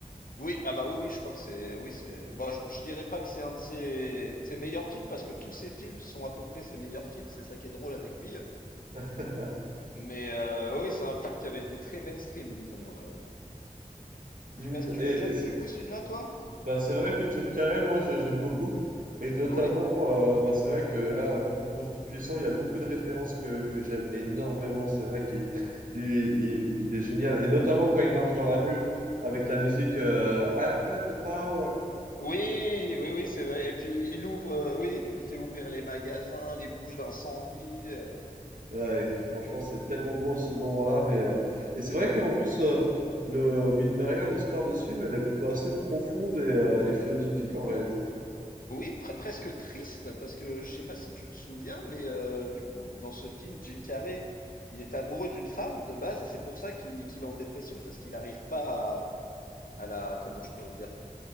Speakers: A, on the left (about 80°); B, on the right (about 70°).
A: Oui, ah bah oui, oui, je crois que c'est, oui, c'est, bon, je, je dirais pas que c'est un de ses, de ses meilleurs films parce que tous ses films sont à peu près ses meilleurs films, c'est ça qui est drôle avec lui. euh.
B: <laughs>
A: Mais euh, oh oui, c'est un film qui avait été très mainstream, disons. euh.
B: Hmm,
A: Je sais pas, si tu
B: et
A: l'as déjà
B: et
A: vu
B: c'est
A: du coup ce film-là, toi?
B: bah, c'est vrai que Jim Carrey, moi, j'ai- j'aime beaucoup. Et notamment,
A: Oui.
B: euh, bah, c'est vrai que là, Bruce Tout-Puissant, il y a beaucoup de références que, que j'aime énormément. C'est vrai qu'il il, il- il est génial. Et notamment quand il marche dans la rue avec la musique euh, I've got the power.
A: Oui, oui, oui, c'est vrai. Et puis il ouvre, euh, oui, il fait ouvrir les magasins, les bouches d'incendie. euh.
B: Ouais, et franchement, c'est tellement drôle ce moment-là. Mais, euh, Et c'est vrai qu'en plus, euh, le... mine de rien, l'histoire de ce film, elle est plutôt assez profonde et, euh, et philosophique en réalité.
A: Oui, pre- presque triste, parce que je sais pas si tu te souviens, mais euh, du coup, dans ce film, Jim Carrey, il est amoureux d'une femme de base, et c'est pour ça qu'il qu'il est en dépression, parce qu'il n'arrive pas à, à la, comment je pourrais dire?